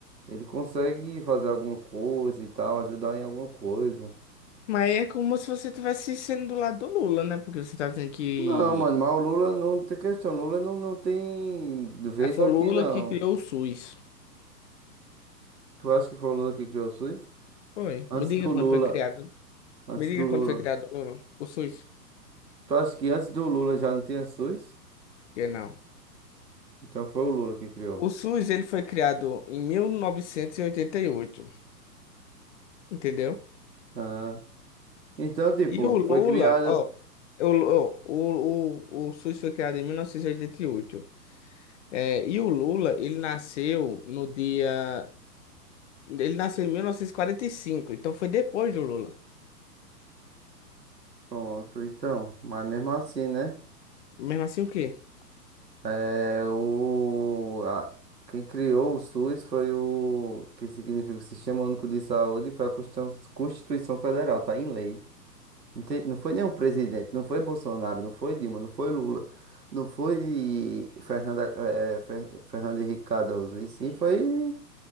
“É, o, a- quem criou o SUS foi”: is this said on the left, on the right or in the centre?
Right